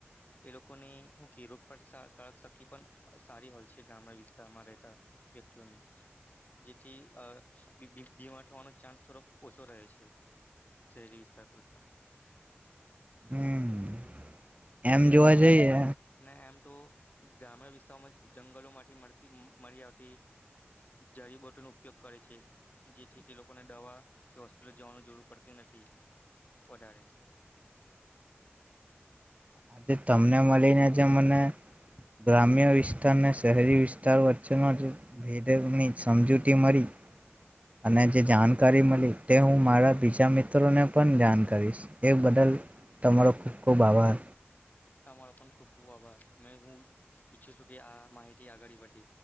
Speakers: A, on the left (about 40°); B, on the right (about 30°).
A: એ લોકોને શું કે રોગક શક્તિ પણ સારી હોય છે ગામ વિસ્ રહેતા વ્યક્તિને જેથી બીમા થવાનો ચાન્સ થોડોક ઓછો રહે છે શરીરી વિસ્તાર કરતા
B: હમ એમ
A: ને ગામ્ય
B: જોવા
A: વિસ્તાર
B: જઈએ
A: ને એમ તો ગ્રામ્યણ વિસ્તારોમાં જંગલો માંથી મળતી મળી આવતી જરીબોટો ન ઉપયોગ કરે છે જેથી તે લોકોને દવા કે હોસ્પિટલ જવાની જરૂર પડતી નથી વધારે
B: આજે તમને મળીને જે મને ગ્રામ્ય વિસ્તાર અને શહેરી વિસ્તાર વચ્ચે વ્ચનો જે ભેદની સમજૂતી મળી અને જે જાણકારી મળી તે હું મારા બીજા મિત્રોને પણ જાણ કરીશ એ બદલ તમારો ખૂબ ખૂબ આભાર
A: તમારા પણ ખૂબ ખૂબ આભાર મે હું ઈચ્છું છું કે આ માહિતી આગળ વધે